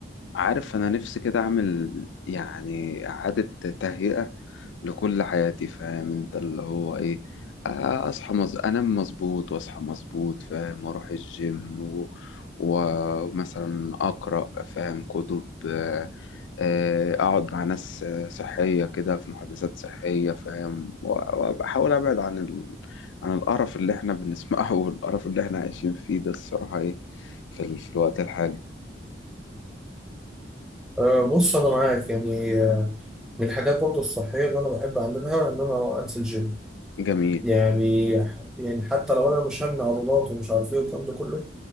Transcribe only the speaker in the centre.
أه بص انا معاك يعني آه، من الحاجات برضو الصحيه اللي انا بحب اعملها ان انا انزل جيم
يعني يعني حتى لو انا مش همنع عضلات ومش عارف ايه والكلام ده كله